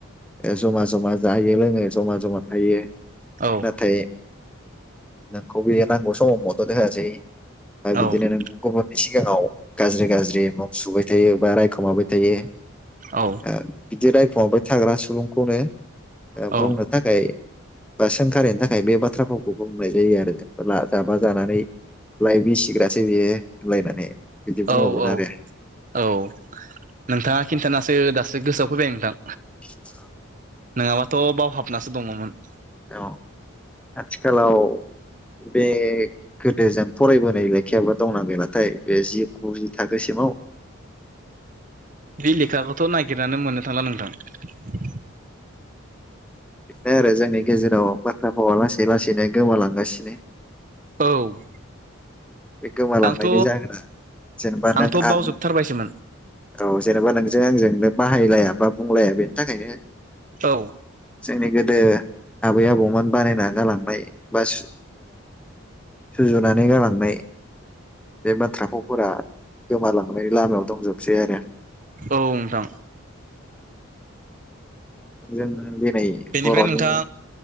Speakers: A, in the centre; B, on the right.
A: ओ ज'मा जमा जायो लोङो ज'मा जमा थायो
B: औ
A: नाथाय नोंखौ बे नांगौ समाव मदद होआसै बा बिदिनो
B: औ
A: नों गुबुननि सिगाङाव गाज्रि गाज्रि मुं सुबाय थायो बा रायखोमाबाय थायो
B: औ
A: ओ बिदि रायखुमाबाय थाग्रा सुबुंखौनो ओ
B: औ
A: बुंनो
B: औ
A: थाखाय बा सोंखारिनि थाखाय बे बाथ्राफावखौ बुंनाय जायो आरो जेनेबा जाबा जानानै लाय बिसिग्रासो बियो होनलायनानै बिदि बुङोमोन
B: औ औ
A: आरो
B: औ नोंथाङा खिन्थानासो दासो गोसोआव फैबाय नोंथां
A: <unintelligible>
B: नङाबाथ' बावहाबनासो दङमोन
A: औ आथिखालाव बे गोदो जों फरायबोनाय लेखायाबा दंना गैलाथाय बे जि गुजि थाखोसिम औ
B: बे लेखाखौथ' नागिरनानै मोननो थांला नोंथां
A: बेनो आरो जोंनि गेजेराव बाथ्रा भावा लासै लासैनो गोमालांगासिनो
B: औ
A: बे गोमालांबायनाय
B: आंथ'
A: जागोना जेनेबा नों
B: आंथ'
A: आं
B: बावजोबथारबायसोमोन
A: औ जेनेबा नोंजों आंजों बाहायलाया बा बुंलाया बेनि थाखायनो
B: औ
A: जोंनि गोदो आबै आबौमोन बानायना गालांनाय बाय सुजुनानै गालांनाय बे बाथ्रा भावफोरा गोमालांनायनि लामायाव दंजोबसै आरो।
B: औ नोंथां
A: जों दिनै
B: बेनिफ्राय
A: बर'नि
B: नोंथां